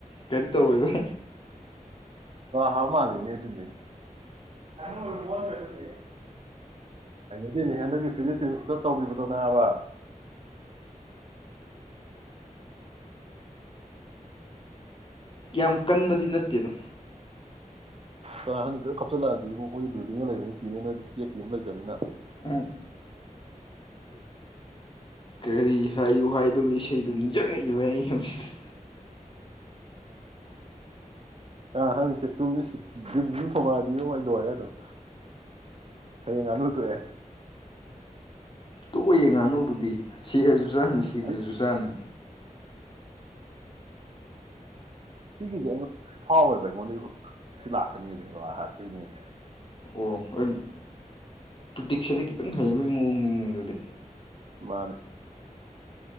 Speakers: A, on the left (about 35°); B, on the right (about 45°).
A: ꯀꯔꯤꯝ ꯇꯧꯔꯣꯏ ꯚ
B: ꯍꯥꯃꯗ ꯅꯇ ꯅ ꯃ ꯄꯔꯦ ꯍꯥꯏꯗꯅꯦ ꯍꯗꯗꯒꯤ ꯐꯤꯅꯤꯄꯤꯤꯡꯁꯇ ꯇꯧꯈꯤꯕꯗꯣꯅꯦꯕ
A: ꯌꯥꯝ ꯀꯟꯕꯗꯤ ꯅꯠꯇꯦꯅ
B: ꯀꯔꯥ ꯍꯥꯟꯅꯤ ꯈꯔ ꯀꯞꯆꯤꯜꯂꯛꯑꯗꯤ ꯏ ꯑꯩꯈꯣꯏꯒꯤ ꯕꯤꯜꯗꯤꯡꯒ ꯂꯩꯕꯅꯤ ꯀꯤꯅꯦ ꯅꯣꯏꯗꯤ ꯆꯦꯛ ꯀꯤ ꯑꯃ ꯂꯩꯇꯕꯅꯤꯅ
A: ꯎꯝ ꯀꯔꯤ ꯍꯥꯏꯌꯨ ꯍꯥꯏ ꯑꯗꯨꯒꯤ ꯏꯁꯩꯗꯨ ꯅꯤꯡꯁꯤꯡꯉꯛꯏꯕ ꯑꯩ ꯍꯧꯖꯤꯛ ꯎ
B: ꯑ ꯍꯪꯉꯛꯆꯦ ꯇꯨꯝꯃꯤꯁꯤ ꯝꯨꯝ ꯊꯣꯃꯛꯑꯗꯤ ꯌ ꯑꯩ ꯂꯣꯏꯔꯦ ꯑꯗꯨꯝ ꯍꯌꯦꯡ ꯉꯥꯡꯗ ꯊꯣꯛꯣꯛꯑꯦ
A: ꯇꯣꯛꯑ ꯌꯦ ꯉꯥꯅꯨꯕꯨꯗꯤ ꯁꯤꯁꯨ ꯆꯨꯁꯥꯟꯅꯤ ꯁꯤꯗ꯭ꯔꯦ
B: ꯑꯩ
A: ꯆꯨꯁꯥꯟꯅꯤ
B: ꯁꯤꯒꯤꯁꯦ ꯑꯩꯉꯣꯟꯗ ꯐꯥꯎꯋꯦꯕ ꯑꯩꯉꯣꯟꯗ ꯑꯩ ꯁꯤ ꯂꯥꯛꯀꯅꯦꯔꯇꯣꯏꯅꯦꯁꯦ
A: ꯑꯣ ꯍ ꯄ꯭ꯇꯛꯁꯗꯤ ꯈꯤꯇꯪ ꯍꯩꯕꯒꯤ ꯃꯑꯣꯡ ꯉꯦ ꯑꯗꯨꯗꯤ
B: ꯃꯥꯅꯦ